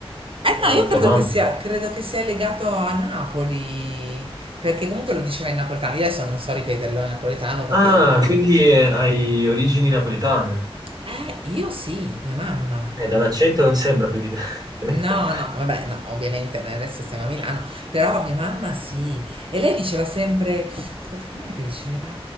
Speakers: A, on the right; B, on the right.
A: Eh
B: eh,
A: no, io
B: tua
A: credo
B: mamma?
A: che sia, credo che sia legato a Napoli, perché comunque lo diceva in napoletano, io adesso non so ripeterlo in napoletano perché
B: Ah,
A: ovviamente...
B: quindi eh, hai origini napoletane.
A: Eh, io sì, mia mamma.
B: Eh, dall'accento non sembra più di te. <laughs>
A: No, no, vabbè, no, ovviamente noi adesso stiamo a Milano, però mia mamma sì. E lei diceva sempre, aspetta, com'è che diceva?